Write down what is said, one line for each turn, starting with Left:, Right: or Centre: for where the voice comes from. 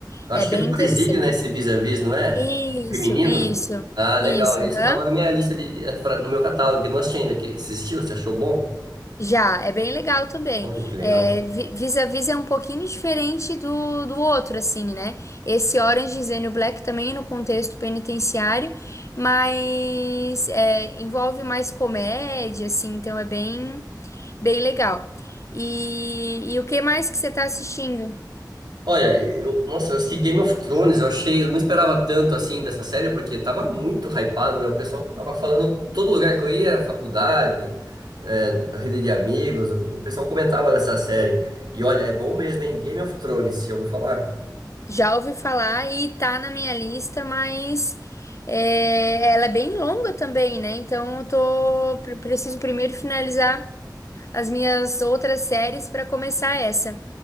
Right: Eu
Left: É
Right: acho
Left: bem
Right: que é do Presídio,
Left: interessante.
Right: né, esse Vis-a-Vis, não é?
Left: Isso,
Right: Feminino?
Left: isso,
Right: Ah, legal.
Left: isso.
Right: Esse
Left: aham.
Right: eu tava na minha lista, de, de- pra- no meu catálogo, que eu não assisti ainda. Que, você assistiu? Você achou bom?
Left: Já, é bem legal também.
Right: Olha que legal.
Left: É, vi- Vis-a-Vis é um pouquinho diferente do, do outro, assim, né? Esse Orange is the New Black também no contexto penitenciário, mas é, envolve mais comédia, assim, então é bem, bem legal. E, e o que mais que você tá assistindo?
Right: Olha, eu, nossa, eu assisti Game of Thrones, eu achei, eu não esperava tanto assim dessa série, porque tava muito hypado, né? O pessoal tava falando todo lugar que eu ia, faculdade, é, rede de amigos, o, o pessoal comentava dessa série. E olha, é bom mesmo, hein? Game of Thrones, já ouviu falar?
Left: Já ouvi falar e tá na minha lista, mas é, ela é bem longa também, né? Então eu tô, pre- preciso primeiro finalizar. as minhas outras séries para começar essa.